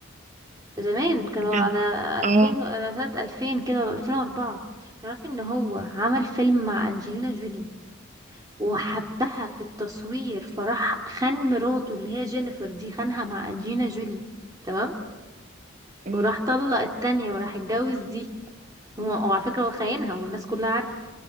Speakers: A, on the right; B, on the right.
A: زمان كانوا مم.
B: كان
A: على 2000
B: اه
A: على سنه 2000 كده ولا 2004 تعرفي ان هو عمل فيلم مع انجلينا جولي وحبها في التصوير فراح خان مراته اللي هي جينيفر دي خانها مع انجلينا جولي تمام وراح
B: مم.
A: طلق التانية وراح اتجوز دي هو- وعلى فكرة هو خاينها والناس كلها عارفة